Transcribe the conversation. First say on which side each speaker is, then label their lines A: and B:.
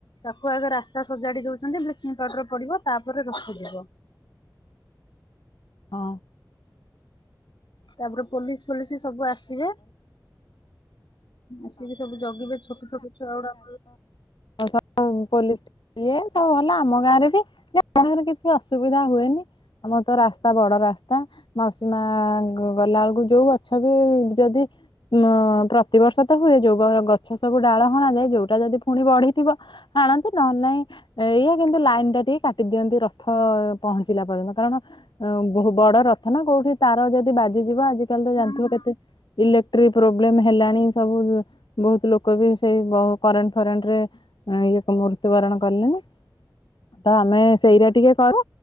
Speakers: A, on the left; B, on the left.
A: ତାକୁ ଆଗ ରାସ୍ତା ସଜାଡି ଦଉଛନ୍ତି ବ୍ଲିଚିଂ ପାଉଡର ପଡିବ ତାପରେ ରଥ ଯିବ।
B: ହଁ
A: ତାପରେ ପୋଲିସ୍ ଫୋଲିସ୍ ସବୁ ଆସିବେ। ଆସିକି ସବୁ ଜଗିବେ ଛୋଟ ଛୋଟ ଛୁଆ ଗୁଡ଼ାଙ୍କୁ।
B: ଆ ସବୁ ପୋଲିସ୍ ଇଏ ସବୁ ଭଲ ଆମ ଗାଁରେ ବି <unintelligible> କିଛି ଅସୁବିଧା ହୁଏନି। ଆମର ତ ରାସ୍ତା ବଡ଼ ରାସ୍ତା। ମାଉସୀ ମା ଗଲା ବେଳକୁ ଯୋଉ ଗଛ ବି ଯଦି ମ ପ୍ରତିବର୍ଷ ତ ହୁଏ ଯୋଉ ବର ଗଛ ସବୁ ଡାଳ ହଣାଯାଏ ଯୋଉଟା ଯଦି ପୁଣି ବଢିଥିବ ହାଣନ୍ତି ନହଲେ ନାଇଁ ଏଇଆ କିନ୍ତୁ ଲାଇନ୍ ଟା ଟିକେ କାଟିଦିଅନ୍ତି ରଥ ପହଞ୍ଚିଲା ପର୍ଯ୍ୟନ୍ତ, କାରଣ ଅଁ ବହୁ ବଡ଼ ରଥ ନା କୋଉଠି ତାର ଯଦି ବାଜିଯିବ ଆଜିକାଲି ତ
A: ହୁଁ
B: ଜାଣିଥିବ
A: ହୁଁ।
B: କେତେ ଇଲେକ୍ଟ୍ରି ପ୍ରୋବ୍ଲେମ ହେଲାଣି ସବୁ ବହୁତ ଲୋକ ବି ସେଇ ବ କରେଣ୍ଟ ଫରେଣ୍ଟରେ ଇଏ ତ ମୃତ୍ୟୁ ବରଣ କଲେଣି ତ ଆମେ ସେଇଟା ଟିକେ କରୁ।